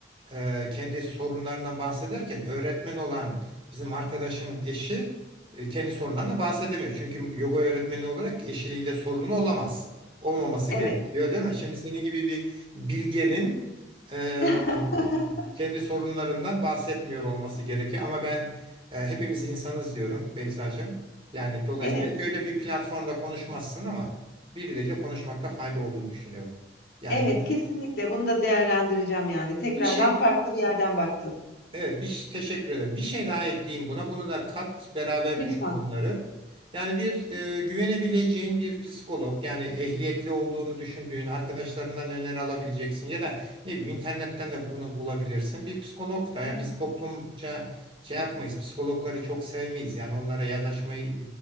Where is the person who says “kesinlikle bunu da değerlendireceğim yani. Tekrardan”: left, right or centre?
Left